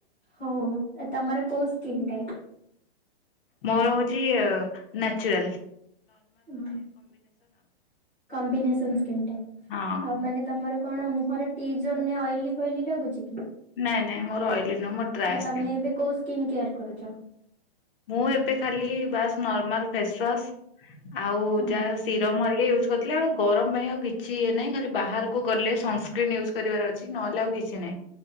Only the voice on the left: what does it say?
ମୋର ହଉଛି ଅ ନେଚୁରାଲ୍।
ହଁ
ନାଇଁ ନାଇଁ ମୋର ଅଏଲି ନୁହଁ। ମୋର ଡ୍ରାଏ
ସ୍କିନ୍।
ମୁଁ ଏବେ ଖାଲି ବାସ୍ ନର୍ମାଲ ଫେସୱାସ। ଆଉ
ଯାହା ସିରମ୍ ହରିକା ଇଉଜ୍ ଥିଲି, ଆଉ ଗରମ ପାଇଁ ଆଉ କିଛି ଇଏ ନାଇଁ ଖାଲି ବାହାରକୁ ଗଲେ ସନ୍ ସ୍କ୍ରିନ ୟୁଜ୍ କରିବାର ଅଛି ନହେଲେ ଆଉ କିଛି ନାହିଁ।